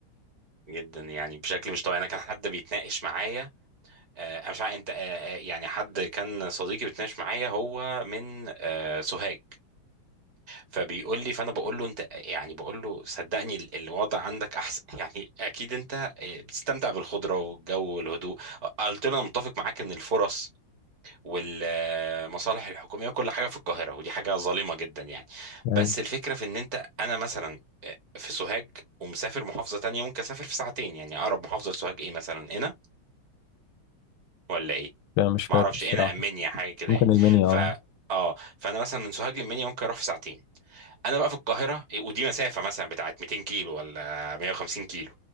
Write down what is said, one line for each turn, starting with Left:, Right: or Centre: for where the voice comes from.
Right: جدا يعني بشكل مش طبيعي انا كان حد بيتناقش معايا آه أنا مش عارف انت آه آه، يعني حد كان صديقي بيتناقش معايا هو من آه سوهاج فبيقول لي فانا بقول له انت يعني بقول له صدقني ال- الوضع عندك احسن <laughs> يعني اكيد انت آه، بتستمتع بالخضرة والجو والهدوء قلت له انا متفق معاك ان الفرص والمصالح الحكوميه وكل حاجه في القاهره ودي حاجه ظالمه جدا يعني
Left: ايوه
Right: بس الفكره في ان انت انا مثلا آه، في سوهاج ومسافر محافظه تانية ممكن اسافر في ساعتين يعني اقرب محافظه لسوهاج ايه مثلا هنا ولا ايه
Left: انا مش فاكر
Right: ما اعرفش
Left: الصراحه
Right: هنا امنيا حاجه كده
Left: ممكن
Right: يعني
Left: المنيا
Right: ف
Left: اه
Right: اه فانا مثلا من سوهاج لمنيا ممكن اروح في ساعتين انا بقى في القاهره ودي مسافه مثلا بتاعت 200 كيلو ولا 150 كيلو